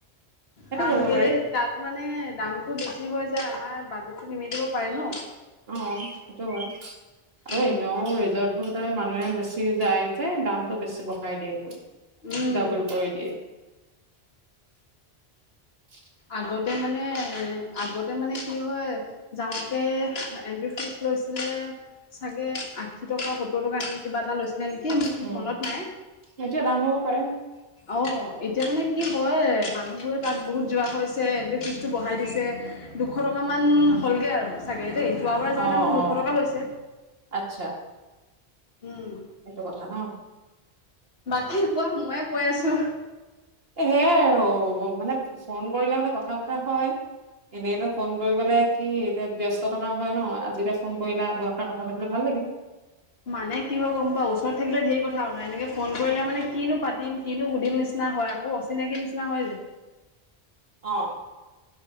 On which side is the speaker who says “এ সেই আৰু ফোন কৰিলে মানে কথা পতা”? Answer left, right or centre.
Right